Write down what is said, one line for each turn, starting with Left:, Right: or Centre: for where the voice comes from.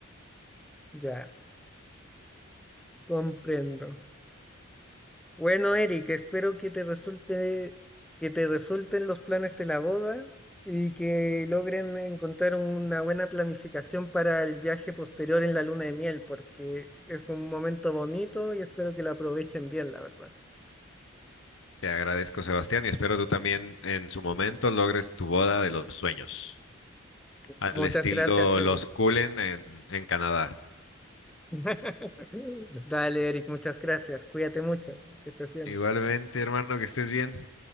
Centre: Ya, comprendo. Bueno, Eric, espero que te resulte, que te resulten los planes de la boda y que logren encontrar una buena planificación para el viaje posterior en la luna de miel, porque es un momento bonito y espero que lo aprovechen bien, la verdad.
Left: Te agradezco, Sebastián, y espero tú también en su momento logres tu boda de los sueños. al
Centre: Muchas
Left: estilo
Centre: gracias, Eric.
Left: los Cullen en, en Canadá.
Centre: <laughs> Dale, Eric, muchas gracias. Cuídate mucho, que estés bien.
Left: Igualmente, hermano, que estés bien.